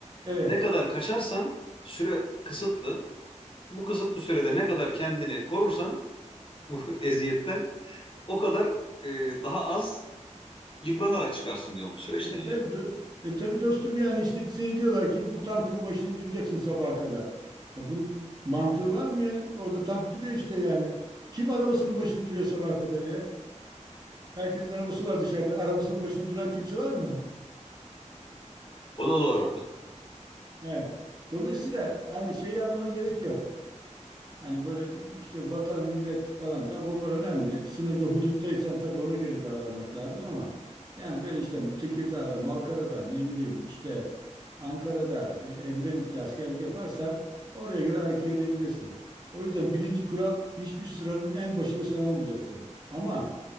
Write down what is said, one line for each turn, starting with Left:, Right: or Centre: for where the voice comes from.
Right: evet.
Left: Ne kadar kaçarsan süre kısıtlı. Bu kısıtlı sürede ne kadar kendini korursan bu <laughs> eziyetten o kadar e, daha az yıpranarak çıkarsın diyorum bu süreçten
Right: E
Left: yani.
Right: tabii, dost, e tabii dostum yani işte seni diyorlar ki bu tankın başına duracaksın sabaha kadar. Ya bunun mantığı var mı ya? Orada tank duruyor işte yani. Kim arabasının başına duruyor sabaha kadar ya? Herkesin arabası var dışarıda. Arabasının başına duran kimse var mı?
Left: O da doğru.
Right: Evet. Dolayısıyla hani şey yapmana gerek yok. Hani böyle işte vatan, millet falan tabii onlar önemli. Sınırda, huduttaysan tabii ona göre davranmak lazım ama yani böyle işte Tekirdağ'da, Malkara'da, ne bileyim işte Ankara'da, e, Edremit'te askerlik yaparsan oraya göre hareket edebilirsin. O yüzden birinci kural hiçbir sıranın en başında sen olmayacaksın. Ama